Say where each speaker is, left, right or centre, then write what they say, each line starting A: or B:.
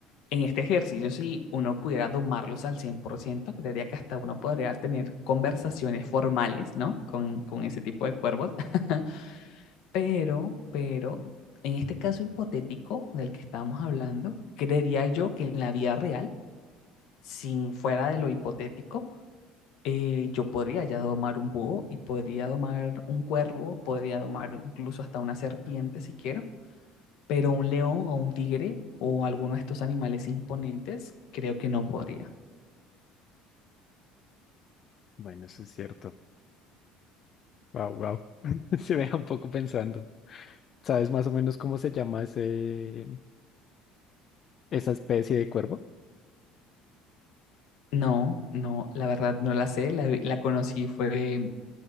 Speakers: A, on the left (about 65°); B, on the left (about 50°).
A: en este ejercicio si uno pudiera domarlos al 100%, creería que hasta uno podría tener conversaciones formales, ¿no? Con, con ese tipo de cuervos. <laughs> Pero, pero, en este caso hipotético del que estamos hablando, creería yo que en la vida real, sin fuera de lo hipotético, eh, yo podría ya domar un búho y podría domar un cuervo, podría domar incluso hasta una serpiente si quiero, pero un león o un tigre o alguno de estos animales imponentes, creo que no podría.
B: Bueno, eso es cierto. Wow, wow. <laughs> Se me deja un poco pensando. ¿Sabes más o menos cómo se llama ese, esa especie de cuervo?
A: No, no, la verdad no la sé, la, vi- la conocí fue